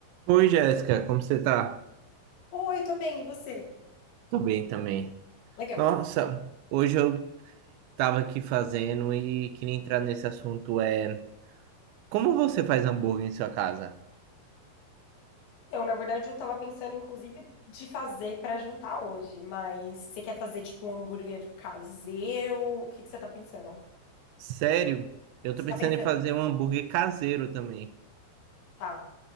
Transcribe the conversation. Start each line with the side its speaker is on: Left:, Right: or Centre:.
Right: Oi, Jéssica, como você tá?
Left: Oi, tô bem, e você?
Right: Tô bem também.
Left: Legal.
Right: Nossa, hoje eu tava aqui fazendo e queria entrar nesse assunto. É como você faz hambúrguer em sua casa?
Left: Então, na verdade, eu tava pensando, inclusive, de fazer pra jantar hoje, mas você quer fazer, tipo, um hambúrguer caseiro? O que que você tá pensando?
Right: Sério? Eu
Left: Você
Right: tô pensando
Left: tá pensando,
Right: em fazer um hambúrguer caseiro também.
Left: tá.